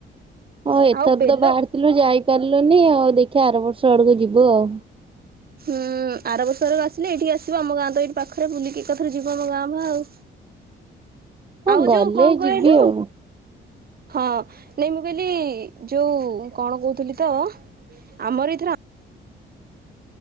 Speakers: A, on the right (about 25°); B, on the right (about 50°).
A: ହଁ ଏଥର
B: ଆଉ ବେଲ
A: ତ ବାହାରିଥିଲୁ ଯାଇ ପାରିଲୁନି ଆଉ ଦେଖିଆ ଆର ବ ସାଡକୁ ଯିବୁ ଆଉ।
B: ହୁଁ। ହୁଁ ଆର ବର୍ଷ ଆଡକୁ ଆସିଲେ ଏଇଠିକି ଆସିବ ଆମ ଗାଁ ତ ଏଇଠି ପାଖରେ ବୁଲିକି ଏକାଥର ଯିବ ଆମ ଗାଁ ଫାଁ ଆଉ।
A: ହଁ
B: ଆଉ
A: ଗଲେ
B: ଯୋଉ କଁ କହିଲୁ?
A: ଯିବି ଆଉ
B: ହଁ ନାଇଁ ମୁଁ କହିଲି ଯୋଉ କଣ କହୁଥିଲି ତ ଆମର ଏଥର